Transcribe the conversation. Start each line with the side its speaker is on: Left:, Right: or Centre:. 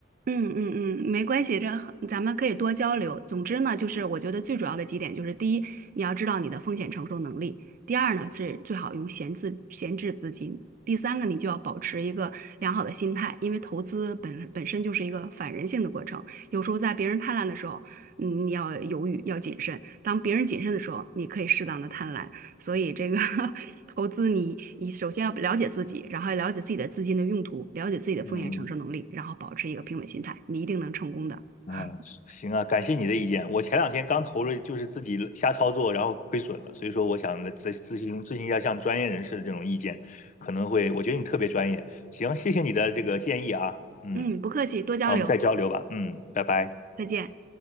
Right: 嗯嗯嗯，没关系，这很咱们可以多交流。总之呢，就是我觉得最主要的几点就是：第一，你要知道你的风险承受能力；第二呢，是最好用闲置闲置资金；第三个，你就要保持一个良好的心态，因为投资本本身就是一个反人性的过程。有时候在别人贪婪的时候，嗯，你要犹豫，要谨慎；当别人谨慎的时候，你可以适当的贪婪。所以这个 <laughs> 投资你，你首先要了解自己，然后要了解自己的资金的用途，了解自己的风险承受能力，
Left: 嗯。
Right: 然后保持一个平稳心态，你一定能成功的。
Left: 嗯，
Right: <laughs>
Left: 行啊，感谢你的意见。我前两天刚投了，就是自己瞎操作，然后亏损了，所以说我想来咨咨询咨询一下像专业人士的这种意见，可能会，我觉得你特别专业。行，谢谢你的这个建议啊，嗯，
Right: 嗯，不客气，多交流，
Left: 好，我们再交流吧，嗯，拜拜。
Right: 再见。